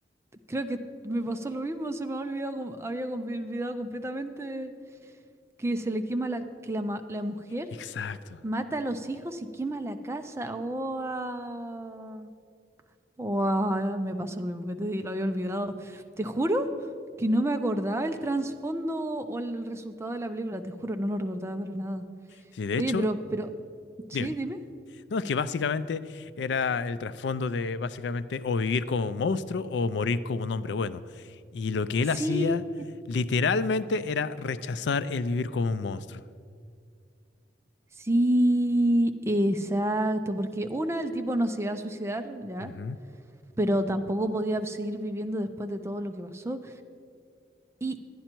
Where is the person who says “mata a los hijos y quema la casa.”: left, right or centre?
Right